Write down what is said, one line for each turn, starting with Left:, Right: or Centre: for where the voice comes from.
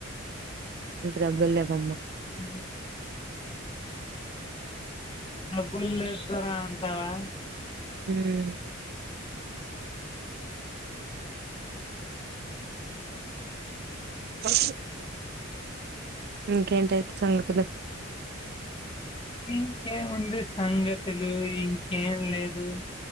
Right: డబ్బులేవమ్మొ
Left: ఊ డబ్బుల్లేద్దార దావా
Right: ఉమ్ స ఇంకేంటయితే సంగతులు
Left: ఇంకేముంది సంగతులు ఇంకేం లేదు